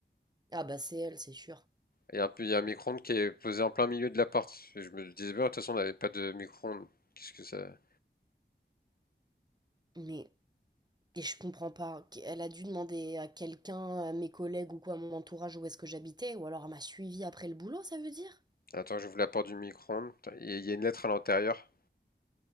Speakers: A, on the right (about 20°); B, on the left (about 55°).
A: Ah bah c'est elle, c'est sûr.
B: Et un, peu- il y a un micro-ondes qui est posé en plein milieu de l'appart. Et Je me disais, bien, de toute façon, on n'avait pas de micro-ondes. Qu'est-ce que ça?
A: Mais Et je comprends pas. Elle a dû demander à quelqu'un, à mes collègues ou quoi, à mon entourage où est-ce que j'habitais, ou alors elle m'a suivi après le boulot, ça veut dire?
B: Attends, j'ouvre la porte du micro-ondes. Putain, Il y a il y a une lettre à l'intérieur.